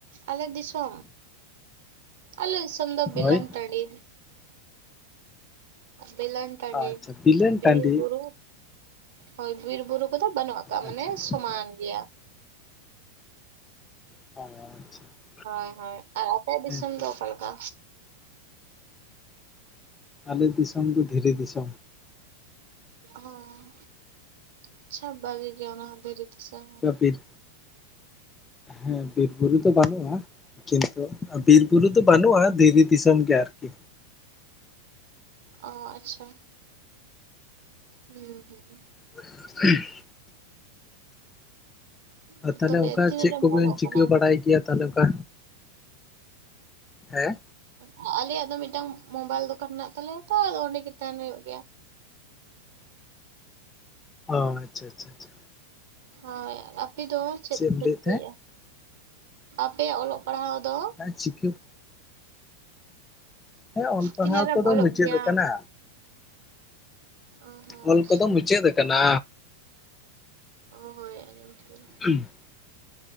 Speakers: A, on the right; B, on the left.
A: ᱟᱞᱮ ᱫᱤᱥᱚᱢ ᱟᱞᱮ ᱫᱤᱥᱚᱢ ᱫᱚ ᱵᱤᱞᱟᱱ
B: ᱦᱳᱭ
A: ᱴᱟᱺᱰᱤ᱾ ᱵᱤᱞᱟᱱ ᱴᱟᱺᱰᱤ
B: ᱟᱪᱪᱷᱟ ᱵᱤᱞᱟᱹᱱ
A: ᱵᱤᱨ-ᱵᱩᱨᱩ
B: ᱴᱟᱺᱰᱤ
A: ᱦᱳᱭ ᱵᱤᱨ ᱵᱩᱨᱩ ᱠᱚᱫᱚ ᱵᱟᱹᱱᱩᱜ ᱠᱟᱜ-ᱟ
B: ᱟᱪᱪᱷᱟ
A: ᱢᱟᱱᱮ
B: ᱟᱪᱪᱷᱟ
A: ᱥᱚᱢᱟᱱ ᱜᱮᱭᱟ᱾
B: <unintelligible>
A: ᱦᱳᱭ ᱦᱳᱭ ᱟᱨ ᱟᱯᱮ ᱫᱤᱥᱚᱢ
B: ᱦᱮᱸᱛᱚ
A: ᱫᱚ ᱚᱠᱟᱞᱮᱠᱟ?
B: ᱟᱞᱮ ᱫᱤᱥᱚᱢ ᱫᱚ ᱫᱷᱤᱨᱤ ᱫᱤᱥᱚᱢ᱾
A: ᱚᱸ ᱟᱪᱷᱟ ᱵᱟᱹᱜᱤ ᱜᱮ ᱚᱱᱟ ᱦᱚᱸ ᱫᱷᱤᱨᱤ <unintelligible>
B: ᱵᱤᱨ ᱦᱮᱸ ᱵᱤᱨ ᱵᱩᱨᱩ ᱫᱚ ᱵᱟᱹᱱᱩᱜ-ᱟ ᱠᱤᱱᱛᱩ ᱵᱤᱨ ᱵᱩᱨᱩ ᱫᱚ ᱵᱟᱹᱱᱩᱜ-ᱟ ᱫᱷᱤᱨᱤ ᱫᱤᱥᱚᱢ ᱜᱮ ᱟᱨᱠᱤ᱾
A: ᱚ ᱟᱪᱪᱷᱟ ᱦᱩᱸ ᱦᱩᱸ
B: <inaudible> ᱟᱨ
A: ᱦᱩᱸ
B: ᱛᱟᱦᱚᱞᱮ
A: ᱛᱚᱵᱮ
B: ᱚᱱᱠᱟ
A: ᱛᱤᱱᱟᱹᱜ
B: ᱪᱮᱫ
A: ᱨᱮᱢ
B: ᱠᱚᱵᱤᱱ
A: ᱚᱞᱚᱜ
B: ᱪᱤᱠᱟᱹ
A: ᱠᱟᱱᱟ?
B: ᱵᱟᱲᱟᱭ ᱜᱮᱭᱟ? ᱛᱟᱦᱞᱮᱠᱟ ᱚᱱᱠᱟ ᱦᱮᱸ
A: ᱩᱸ ᱟᱞᱮᱭᱟᱜ ᱫᱚ ᱢᱤᱫᱴᱟᱝ ᱢᱳᱵᱟᱭᱤᱞ ᱫᱚᱠᱟᱱ ᱢᱮᱱᱟᱜ ᱛᱟᱞᱮᱭᱟ ᱛᱚ ᱟᱫᱚ ᱚᱸᱰᱮ ᱜᱮ ᱛᱟᱦᱮᱱ ᱦᱩᱭᱩᱜ ᱜᱮᱭᱟ᱾ <inaudible>
B: ᱚ ᱟᱪᱪᱷᱟ ᱟᱪᱷᱟ ᱟᱪᱷᱟ᱾
A: ᱦᱳᱭ ᱟᱯᱮ ᱫᱚ ᱪᱮᱫ ᱠᱚᱯᱮ
B: ᱮᱢ ᱞᱟᱹᱭᱮᱫ
A: ᱪᱤᱠᱟᱹᱭᱮ-ᱟ? ᱟᱯᱮᱭᱟᱜ ᱚᱞᱚᱜ ᱯᱟᱲᱦᱟᱣ ᱫᱚ
B: ᱟ ᱪᱤᱠᱟᱹ ᱦᱮᱸ ᱚᱱ ᱯᱟᱲᱦᱟᱣ
A: ᱛᱤᱱᱟᱹᱜ ᱨᱮᱢ
B: ᱠᱚᱫᱚ
A: ᱚᱞᱚᱜ
B: ᱢᱩᱪᱟᱹᱫ
A: ᱜᱮᱭᱟ?
B: ᱟᱠᱟᱱᱟ᱾
A: ᱚ ᱦᱚᱸ
B: ᱚᱞ
A: ᱟᱪᱪᱷᱟ
B: ᱠᱚᱫᱚ ᱢᱩᱪᱟᱹᱫ ᱟᱠᱟᱱᱟ᱾
A: ᱚ ᱦᱳᱭ ᱟᱸᱡᱚᱢ ᱠᱮᱫᱤᱧ᱾
B: ᱦᱩᱸ